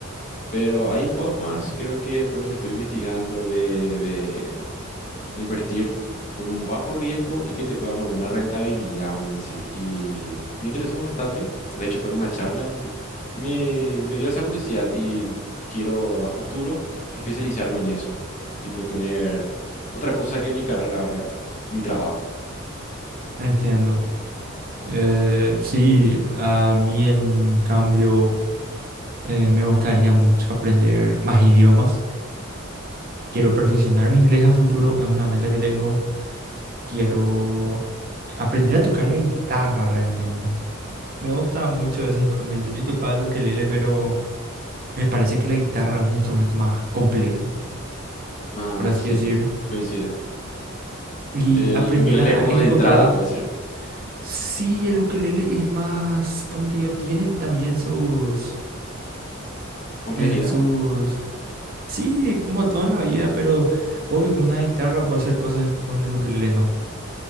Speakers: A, on the left; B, on the right.
A: pero hay formas, creo que por lo que estoy investigando, de, invertir con un bajo riesgo y que te pueda dar una buena rentabilidad, vamos a decir. Y me interesó bastante. De hecho, fue en una charla y me, me dio esa curiosidad y quiero a futuro especializarme en eso. Tipo, tener otra cosa que mi carrera ahora, mi trabajo.
B: entiendo. Eh, sí, a mí en cambio eh, me gustaría mucho aprender más idiomas. Quiero perfeccionar mi inglés a futuro, es una meta que tengo. Quiero aprender a tocar la guitarra realmente. Me gusta mucho ese instrumento. Yo tocaba el ukelele, pero Me parece que la guitarra es un instrumento más completo,
A: Ah,
B: por así
A: sí,
B: decir,
A: sí, sí, coincido.
B: y
A: El
B: aprender
A: ukelele
B: a
A: como
B: ejecutarla.
A: de entrada, vamos a decir.
B: Sí, el ukelele es más, como te digo, tiene también sus,
A: Complejidad,
B: em, sus, sí, como todo en la vida, pero obvio con una guitarra puedo hacer cosas que con el ukelele no.